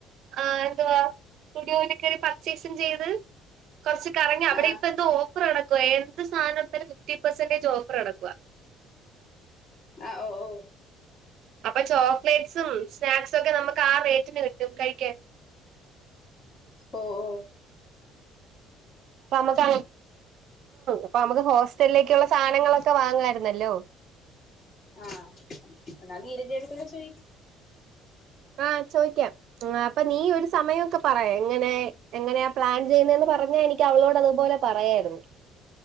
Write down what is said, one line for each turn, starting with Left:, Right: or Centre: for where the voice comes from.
Right: ആ എന്തുവാ സുടിയോല് ക്കേറി പർച്ചേസും ചെയ്ത് കൊർച്ച് കറങ്ങി അവിടെ
Left: ആ
Right: ഇപ്പ എന്തോ ഓ ഫറടക്കുവാ എന്ത് സാനട്ത്താലും ഫിഫ്റ്റി പേസന്റേജ് ഓഫറടക്കുവാ
Left: അഹ് ഓഹ് ഓഹ്
Right: അപ്പൊ ചോക്ലേറ്റ്സും സ്നാക്സും ഒക്കെ നമുക്ക് ആ റേറ്റിന് കിട്ടും കഴിക്കാൻ
Left: ഓഹ് ഓഹ്
Right: പ്പ മ്മക്ക് പ്പ മ്മക്ക് ഹോസ്റ്റലിലേക്കുള്ള സാനങ്ങളൊക്കെ വാങ്ങായിരുന്നല്ലോ
Left: ആഹ് എന്നാ നീരജേടത്തിയോട് ചോയി
Right: ആഹ് ചോയ്ക്കാം അപ്പൊ നീ ഒരു സമയംക്കെ പറയ് എങ്ങനെ എങ്ങനെയാ പ്ലാൻ ചെയ്യുന്നേന്ന് പറഞ്ഞാ എനിക്ക് അവളോട് അതുപോലെ പറയായിര്ന്നു